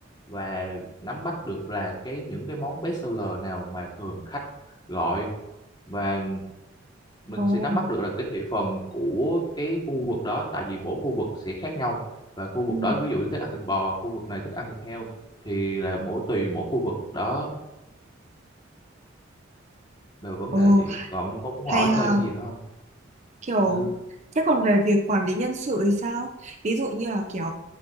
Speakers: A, on the left (about 25°); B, on the right (about 35°).
A: và nắm bắt được là cái những cái món best seller nào mà thường khách gọi và mình
B: Ồ,
A: sẽ nắm bắt được là cái thị phần của cái khu vực đó tại vì mỗi khu vực sẽ khác nhau và khu vực
B: Ừ.
A: đó ví dụ như thích ăn thịt bò khu vực này thích ăn thịt heo thì là mỗi tùy mỗi khu vực đó là vấn
B: ồ,
A: đề là gì còn ông có muốn hỏi
B: hay ha.
A: thêm cái gì nữa không
B: kiểu
A: ừ.
B: thế còn về việc quản lý nhân sự thì sao ví dụ như là kiểu